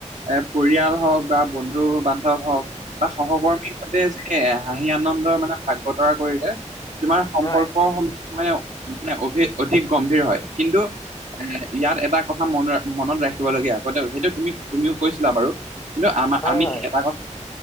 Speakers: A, on the right; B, on the left.
A: এ, পৰিয়াল হওঁক বা বন্ধু-বান্ধৱ হওঁক বা সহকৰ্মীৰ সৈতে, যে, হাঁহি-আনন্দৰে মানে, ভাগ -বতৰা কৰিলে। তোমাৰ সম্পৰ্ক
B: হয়,
A: মানে, মানে অধিক গম্ভীৰ হয়। কিন্তু, এ, ইয়াত এটা কথা মনত, মনত ৰাখিব লগীয়া, আগতে সেইটো, তুমি তুমিও কৈছিলা বাৰু। কিন্তু, আমাৰ
B: হয়,
A: আমি
B: হয়।
A: এটা কথা